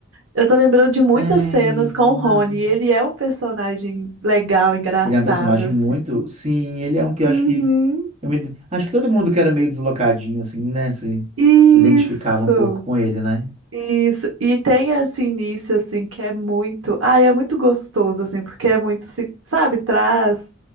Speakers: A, on the right; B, on the right.
A: Eu tô lembrando de muitas
B: É,
A: cenas com
B: verdade.
A: o Rony. e Ele é um personagem legal, engraçado,
B: Ele é um personagem
A: assim.
B: muito. Sim, ele é um que eu
A: Uhum.
B: acho que. Eu me... Acho que todo mundo que era meio deslocadinho, assim, né? Se,
A: Isso,
B: se identificava um pouco com ele, né?
A: isso. E tem esse início, assim, que é muito. Ai, é muito gostoso, assim, porque é muito, assim, sabe, traz